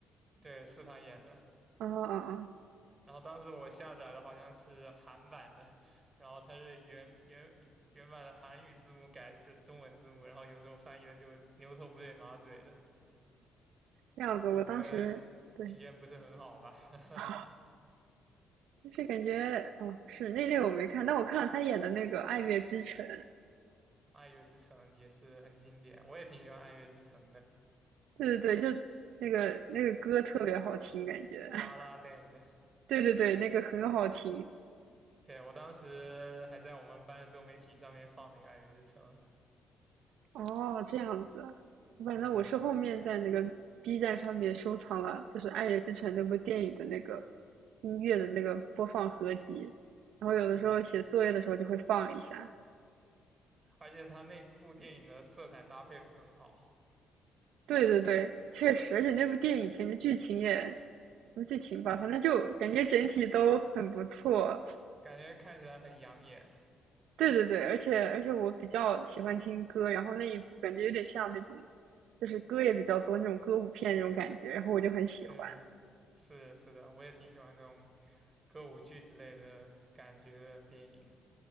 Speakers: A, on the right; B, on the right.
A: 对，是他演的。
B: 啊啊啊，
A: 然后当时我下载的好像是韩版的，然后它是原原原版的韩语字幕改成中文字幕，然后有时候翻译的就牛头不对马嘴的
B: 这样子，
A: 感觉，
B: 我当时对。
A: 体验不是很好吧？
B: <laughs>
A: <laughs>
B: 就是感觉哦，是那那个我没看，但我看了他演的那个《爱乐之城》，
A: 《爱乐之城》也是很经典，我也挺喜欢《爱乐之城》的，
B: 对对对，就那个那个歌特别好听，感觉，<laughs>
A: 《La La Land》。
B: 对对对，那个很好听。
A: 对，我当时还在我们班的多媒体上面放那个《爱乐之城》，
B: 哦，这样子，反正我是后面在那个
A: 嗯
B: B 站上面收藏了，就是《爱乐之城》那部电影的那个音乐的那个播放合集，然后有的时候写作业的时候就会放一下。
A: 嗯，而且他那部电影的色彩搭配的很好，
B: 对对对，确实，而且那部电影感觉剧情也，什么剧情吧，反正就感觉整体都很不错。
A: 感觉看起来很养眼。
B: 对对对，而且而且我比较喜欢听歌，然后那一部感觉有点像那种，就是歌也比较多那种歌舞片那种感觉，然后我就很喜欢。
A: 嗯，是的是的，我也挺喜欢这种歌舞剧之类的感觉的电影。